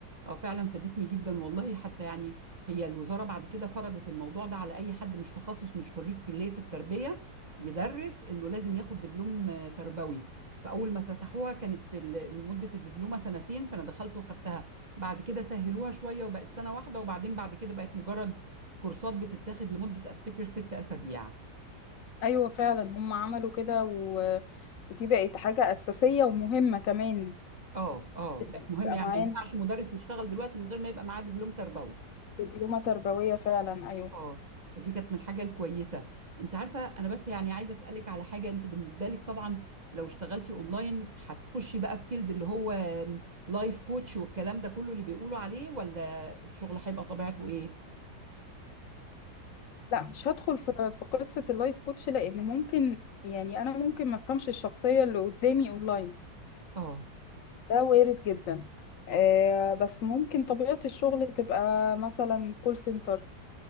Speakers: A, on the right; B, on the left.
A: اه فعلا فادتني جدا والله حتى يعني هي الوزارة بعد كده فرضت الموضوع ده على اي حد مش تخصص مش خريج كلية التربية يدرس انه لازم ياخد دبلوم آه، تربوي فاول ما فتحوها كانت ال- مدة الدبلومة سنتين فانا دخلت واخدتها بعد كده سهلوها شوية وبقت سنة واحدة وبعدين بعد كده بقت مجرد كورسات بتتاخد لمدة افتكر ست اسابيع
B: ايوه فعلا هم عملوا كده و... ودي بقت حاجه اساسيه ومهمه كمان
A: اه اه بقت
B: يبقى
A: مهمة يعني
B: معانا
A: ما ينفعش مدرس يشتغل دلوقتي من غير ما يبقى معاه دبلوم تربوي
B: دبلومه تربويه فعلا ايوه
A: اه فدي كانت من الحاجه الكويسه انت عارفه انا بس يعني عايزه اسالك على حاجه انت بالنسبه لك طبعا لو اشتغلتي اونلاين هتخشي بقى في فيلد اللي هو لايف كوتش والكلام ده كله اللي بيقولوا عليه ولا الشغل هيبقى طبيعته ايه
B: لا مش هدخل في في قصه اللايف كوتش لان ممكن يعني انا ممكن ما افهمش الشخصيه اللي قدامي اونلاين
A: اه
B: ده وارد جدا آه بس ممكن طبيعه الشغل تبقى مثلا كول سنتر